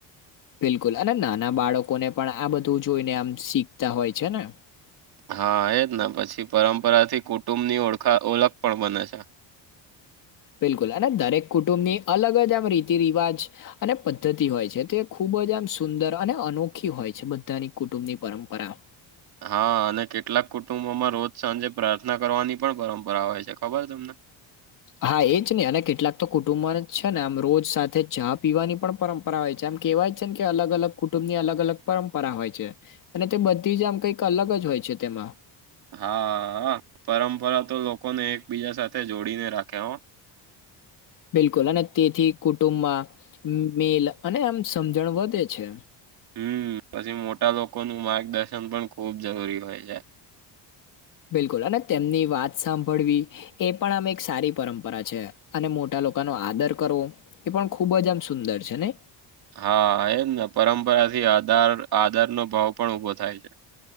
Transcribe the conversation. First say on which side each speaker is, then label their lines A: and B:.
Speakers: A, on the left; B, on the right.
A: બિલકુલ અને નાના બાળકોને પણ આ બધું જોઈને આમ શીખતા હોય છે ને
B: હા એજ ને પછી પરંપરાથી કુટુંબ ની ઓળખાન ઓળખ પણ બને છે.
A: બિલકુલ અને દરેક કુટુંબની અલગ જ આમ રીતિ રિવાજ અને પદ્ધતિ હોય છે તે ખૂબ જ આમ સુંદર અને અનોખી હોય છે બધાની કુટુંબની પરંપરા
B: હા અને કેટલાક કુટુંબોમાં રોજ સાંજે પ્રાર્થના કરવાની પણ પરંપરા હોય છે ખબર તમને
A: હા એજ ને અને કેટલાક તો કુટુંબ જ છે ને આમ રોજ સાથે ચા પીવાની પણ પરં પરા હોય છે એમ કેહેવાય છેન કે અલગ અલગ કુટુંબની અલગ અલગ પરંપરા હોય છે. અને તે બધી જ આમ કઈક અલગ જ હોય છે તેમાં
B: હા પરંપરા તો લોકોને એકબીજા સાથે જોડીને રાખે હો
A: બિલકુલ અને તેથી કુટુંબમાં મેલ અને આમ સમજણ વધે છે.
B: હમ પછી મોટા લોકોનું માર્ગદર્શન પણ ખુબ જરૂરી હોય છે.
A: બિલકુલ અને તેમની વાત સાંભળવી એ પણ આમ એક સારી પરંપરા છે અને મોટા લોકોનો આદર કરવો. એ પણ ખુબ જ આમ સુંદર છે ને.
B: હા એમ ને પરંપરા થી આધાર આદર નો ભાવ પણ ઉભો થાય છે.